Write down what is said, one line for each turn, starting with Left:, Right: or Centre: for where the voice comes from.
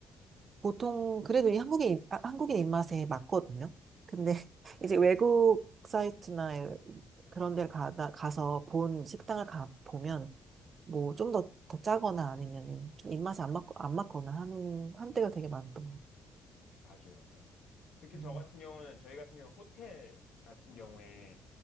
Right: 보통 그래도 이 한국인, 입- 아, 한국인 입맛에 맞거든요. 근데
Left: 네.
Right: <laughs> 이제 외국 사이트나 그런 데를 가다, 가서 본 식당을 가 보면 뭐 좀 더, 더 짜거나 아니면 좀 입맛에 안 맞, 안 맞거나 하는 한때가 되게 많던 것 같아요.
Left: 맞아요. 예. 특히
Right: 음,
Left: 저 같은 경우는 저희 같은 경우 호텔 같은 경우에